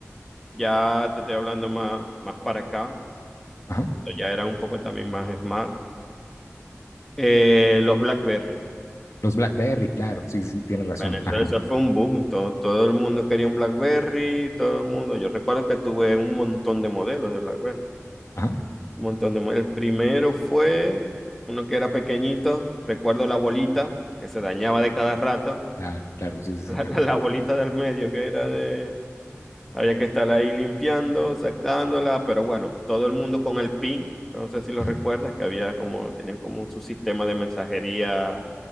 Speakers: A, in the centre; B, on the left.
A: Ya te estoy hablando más, más para acá.
B: ajá.
A: cuando Ya era un poco también más smart. Eh, los BlackBerry.
B: Los BlackBerry, claro, sí, sí, sí, tienes razón.
A: Venezuela,
B: Ajá,
A: eso fue un boom. Todo, todo el mundo quería un BlackBerry, todo el mundo. Yo recuerdo que tuve un montón de modelos de BlackBerry.
B: ajá,
A: Un montón de... mu- El primero fue uno que era pequeñito, recuerdo la bolita que se dañaba de cada rato,
B: ah, claro, sí,
A: <laughs>
B: sí,
A: la,
B: sí,
A: la-
B: ajá.
A: la bolita del medio que era de... Había que estar ahí limpiando, sacándola, pero bueno, todo el mundo con el pin, no sé si lo
B: ujú,
A: recuerdas, que había como, tenían como su sistema de mensajería